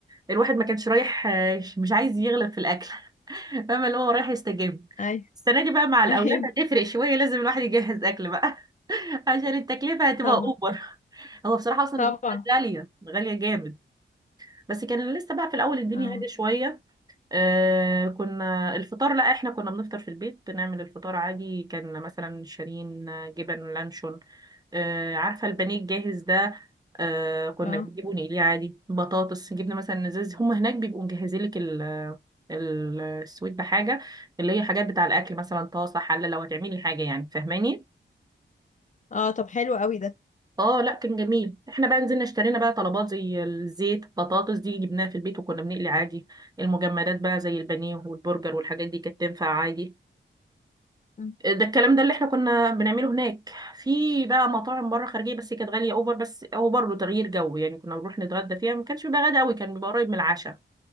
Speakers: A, on the right; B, on the left.
A: الواحد ما كانش رايح آه، مش عايز يغلب في الاكل <laughs> فاهمه اللي هو رايح يستجم
B: ايوه
A: السنه دي بقى مع الاولاد
B: <laughs> ايوه
A: هتفرق شويه لازم الواحد يجهز اكل بقى عشان التكلفة هتبقى
B: طبعا
A: اوبر هو بصراحة اصلا
B: طبعا
A: الحاجات غالية غالية جامد بس كان لسه بقى في الاول الدنيا
B: اه
A: هادية شوية آه كنا الفطار لا احنا كنا بنفطر في البيت بنعمل الفطار عادي كان مثلا شارين جبن لانشون آه عارفة البانيه الجاهز ده آه كنا
B: اه
A: بنجيبه نقليه عادي بطاطس جبنا مثلا ازاز هما هناك بيبقوا مجهزين لك ال ال- السويت بحاجة اللي هي حاجات بتاع الأكل مثلا طاسة حلة لو هتعملي حاجة يعني فاهماني
B: اه طب حلو قوي ده
A: اه لا كان جميل احنا بقى نزلنا اشترينا بقى طلبات زي الزيت بطاطس دي جبناها في البيت وكنا بنقلي عادي المجمدات بقى زي البانيه والبرجر والحاجات دي كانت تنفع عادي
B: مم.
A: ده الكلام ده اللي احنا كنا بنعمله هناك في بقى مطاعم بره خارجيه بس كانت غاليه اوفر بس هو برضه تغيير جو يعني كنا بنروح نتغدى فيها ما كانش بيبقى غدا قوي كان بيبقى قريب من العشاء